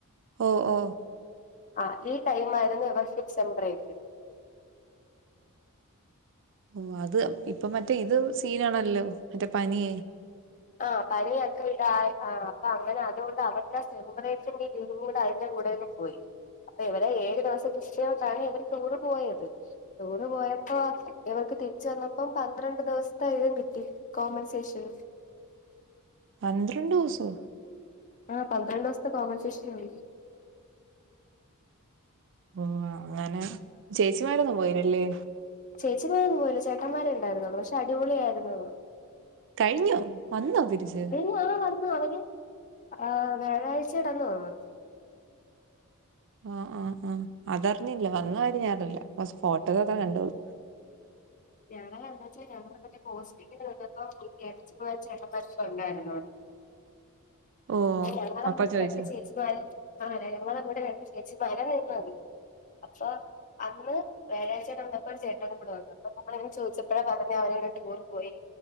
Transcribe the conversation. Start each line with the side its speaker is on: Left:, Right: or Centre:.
Right: ഓഹ് ഓഹ്
Left: ആതെ ടൈം ആയിരുന്നു ഇവർ ഫിസംബറയി്രിക്കും
Right: ഓ അത് ഇപ്പൊ മറ്റേ ഇത് സീനാണല്ലോ മറ്റേ പനിയേ
Left: ആഹ പനിയൊക്കെ പിടിച്ചോ ആഹ് അപ്പൊ അങ്ങനെ അതുകൊണ്ട് അവർക്ക് ആ സെമ്പറേറ്ററിന്റെ വീ കൂടെ അതിന്റെ കൂടെന്ന് പോയി. അപ്പൊ ഇവടെ ഏഴു ദിവസം കൃഷിയോട്ടാണ് ഇവര് ടൂറ് പോയത്. ടൂർ പോയപ്പോ ഇവർക്ക് തിരിച്ച വന്നപ്പോ പന്ത്രണ്ട് ദിവസത്തൊയതും കിട്ടി. കോമൻസേഷൻ
Right: പന്ത്രണ്ട് സോ
Left: ആ പന്ത്രണ്ട് ദിവസത്തെ കോമ്പൻസേഷൻ വിളിക്ക്
Right: ഉ അങ്ങനെ ചേച്ചിമാരൊന്നും പോയിരല്ലേ
Left: ചേച്ചിമാരന്നും ല്ല ചേട്ടന്മാര്ണ്ടായിരുന്നുള്ളൂ പക്ഷെ അടിപൊളിയായിരുന്നുു
Right: കഴിഞ്ഞു വന്നോ തിരിച്ച്
Left: ആ വന്നു അവര് ആ വ്യാഴാഴ്ചടന്നു അവന്ന്
Right: ആ ആ ആ അത അറിഞ്ഞില്ല വന്ന കാര്യം ഞാ അറിഞ്ഞില്ല പക്ഷേ ഫോട്ടോകൊക്കെ കണ്ടോളൂ
Left: ഞങ്ങ എന്തച്ചാ ഞങ്ങള് മറ്റേ പോസ്റ്റ് നിന്നപ്പോ കേട ചേട്ട മനസ ഉണ്ടായിരുന്നോടെ <unintelligible>
Right: ഓ
Left: ഞങ്ങളമ്മടെ
Right: അപ്പൊ ചോദിച്ചോ
Left: രണ്ട് ചേച്ചിമാര ആ ഞങ്ങൾമ്മടെ രണ്ട് ചേച്ചിമാരാ നിന്നത് അപ്പോ അന്ന് വ്യാഴാഴ്ചന്നപ്പോ ചേട്ടനു കുടെ വന്ന് അപ്പൊ നമ്മളെ ചോദിച്ചപ്പോഴാ പറഞ്ഞ അവനങ്ങെ ടൂർ പോയി